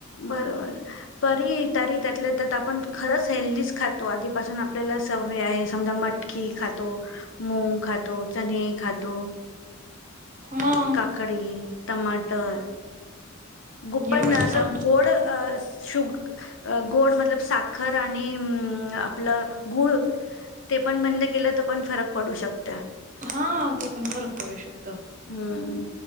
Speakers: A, on the left; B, on the right.
A: बरोबर परी तरी त्यातल्या त्यात आपण खरंच हेल्दी खातो आधीपासून आपल्याला सवय आहे समजा मटकी खातो, मूंग खातो, चने खातो
B: मग
A: काकडी टमाटर गुप्पन
B: एवढंच
A: असं
B: ना
A: गोड शुग गोड मतलब साखर आणि आपलं गूळ ते पण बंद केलं तर पण फरक पडू शकतो
B: हा ते पण फरक करू शकतो.
A: हम्म